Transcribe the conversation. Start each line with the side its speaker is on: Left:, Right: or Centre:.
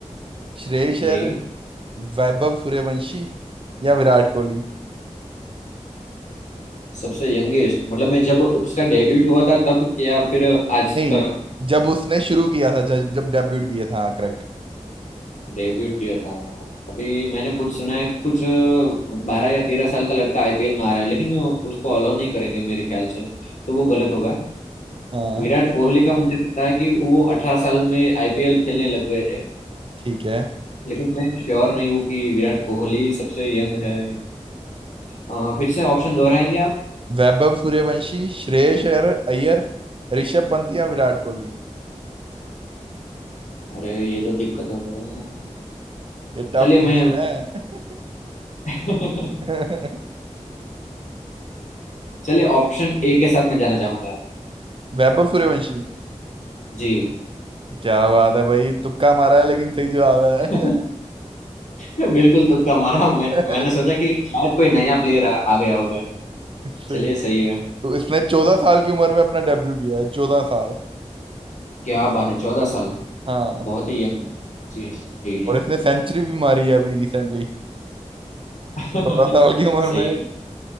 Right: श्रेयस
Left: जी
Right: अय्यर वैभव सूर्यवंशी या विराट कोहली
Left: सबसे यंगेस्ट मतलब मैं जब उसका डेब्यूट हुआ था तब क्या फिर आज
Right: नहीं
Left: तक
Right: जब उसने शुरू किया था जब जब डेब्यूट किया था हाँ करेक्ट
Left: डेब्यूट किया था अभी मैंने कुछ सुना है कुछ बारह या तेरह साल का लड़का आईपीएल में आ रहा है लेकिन उसको अलाउ नहीं करेंगे मेरे ख्याल से तो वो गलत होगा
Right: हाँ
Left: विराट कोहली का मुझे पता है कि वो अठारह साल में आईपीएल खेलने लग गए थे
Right: ठीक है
Left: लेकिन मैं श्योर नहीं हूँ कि विराट कोहली सबसे यंग है अ, फिर से ऑप्शन दोहराएंगे
Right: वैभव सूर्यवंशी श्रेयस अय्यर अय्यर ऋषभ पंत या विराट कोहली
Left: अरे ये तो दिक्कत हो गया
Right: ये टफ
Left: चलिए मैं
Right: क्वेश्चन
Left: <laughs>
Right: है <laughs>
Left: चलिए ऑप्शन ए के साथ मैं जाना चाहूंगा
Right: वैभव सूर्यवंशी
Left: जी
Right: क्या बात है भाई तुक्का मारा है लेकिन सही जवाब है
Left: <laughs> मैं बिल्कुल तुक्का मारा मैं
Right: <laughs>
Left: मैंने सोचा कि शायद कोई नया प्लेयर आ, आ गया होगा
Right: सही
Left: चलिए सही है
Right: तो इसने चौदह साल की उम्र में अपना डेब्यू किया है चौदह साल
Left: क्या बात है चौदह साल
Right: हाँ
Left: बहुत ही यंग जी जी जी
Right: और इसने सेंचुरी भी मारी है अभी रिसेंटली
Left: <laughs>
Right: चौदह साल की उम्र
Left: सही
Right: में
Left: है